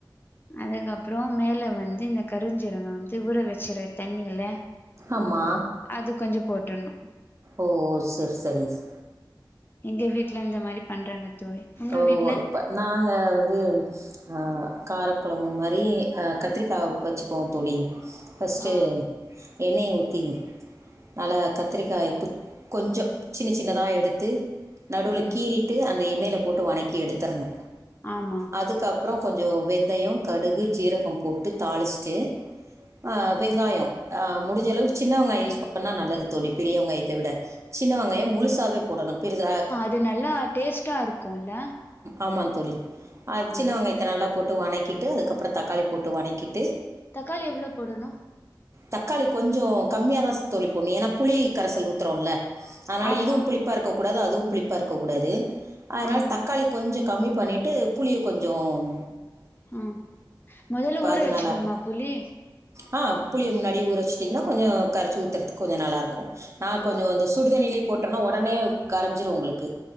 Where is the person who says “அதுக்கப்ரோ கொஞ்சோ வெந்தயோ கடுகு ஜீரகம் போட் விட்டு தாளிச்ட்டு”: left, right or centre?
Right